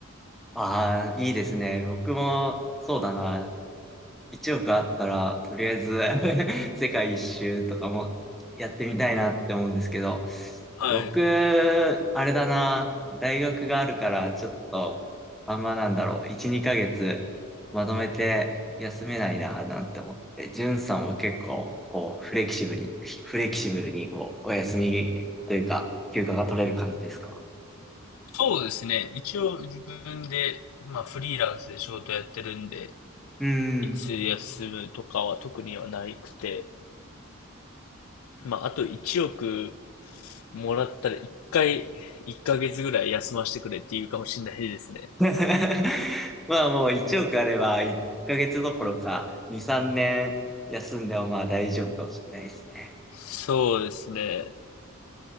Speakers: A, in the centre; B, on the left.
A: ああ、いいですね。僕も、そうだな。1億あったら、とりあえず <laughs> 世界一周とかもやってみたいなって思うんですけど、
B: はい。
A: 僕、あれだな。大学があるから、ちょっと、あんまなんだろう。1、2ヶ月、まとめて休めないな、なんて思って。ジュンさんは結構、こう、フレキシブルに、フレキシブルに、こう、お休みというか、休暇が取れる感じですか
B: そうですね。一応自分で、まあ、フリーランスで仕事やってるんで、
A: うん。
B: いつ休むとかは特にはないくて、まあ、あと1億もらったら1回、1ヶ月ぐらい休ませてくれっていうかもしれないですね。
A: <laughs> まあもう1億あれば1ヶ月どころか2、3年休んでもまあ大丈夫かもしれないですね。
B: そうですね。